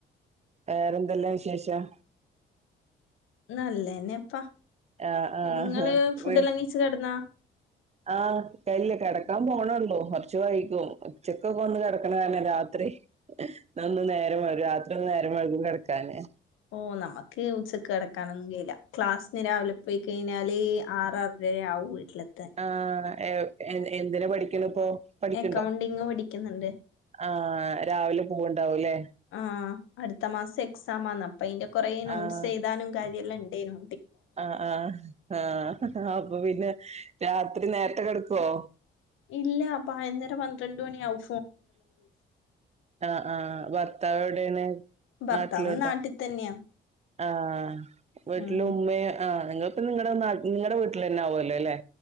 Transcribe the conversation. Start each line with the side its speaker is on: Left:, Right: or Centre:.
Right: വേറെന്തെല്ലാം വിശേഷം
Left: നല്ലന്നെ അപ്പാ
Right: ആഹ് ആഹ്
Left: നിങ്ങള് ഫുഡ് എല്ലാം കയിച്ച് കടന്നാ
Right: ആഹ് അല്ലേ കിടക്കാൻ പോണള്ളൂ കുറച്ച് വൈകും ഉച്ചക്കൊക്കെ ഒന്ന് കിടക്കണ കാരണം രാത്രി ഒന്ന് നേരം വൈകും രാത്രി ഒന്ന് നേരം വഴകും കിടക്കാന്
Left: ഓ നമുക്ക് ഉച്ചക്ക് കടക്കാനൊന്നും കയില്ല ക്ലാസ്സിന് രാവിലെ പോയി കഴിഞ്ഞ ഞ്ഞാല് ആറാറരെ ആവും വീട്ടിലെത്താൻ
Right: ആഹ് എന്തിനെ പഠിക്കണ ഇപ്പോ പഠിക്കണ്ടോ
Left: അക്കൗണ്ടിങ് പഠിക്കുന്നുണ്ട്
Right: ആഹ് രാവിലെ പൂവണ്ടാവുംല്ലേ
Left: ആഹ് അടുത്ത മാസം എക്സാ ആന്ന് അപ്പൊ അതിന്റെ കൊറ നോട്ട്സ്
Right: ആഹ്
Left: എഴുതാനും കാര്യമല്ലാം ഉണ്ടേനോ
Right: ആഹ് ആഹ് ആഹ് അപ്പൊ പിന്നെ രാത്രി നേരത്തെ കിടക്കുവോ
Left: ഇല്ല പതിനൊന്നര പന്ത്രണ്ട് മണിയാവു
Right: ആഹ് ആഹ് ഭർത്താവ് എവിടൊണ്
Left: ഭർത്താവ്
Right: നാട്ടിലുണ്ടോ
Left: നാട്ടി തന്നെയാ
Right: ആഹ് വീട്ടില
Left: ഉം
Right: ഉമ്മ ആഹ് നിങ്ങ ഇപ്പ നിങ്ങളുടെ നിങ്ങളടെ വീട്ടിൽ തന്നെ ആവുമല്ലോ അല്ലെ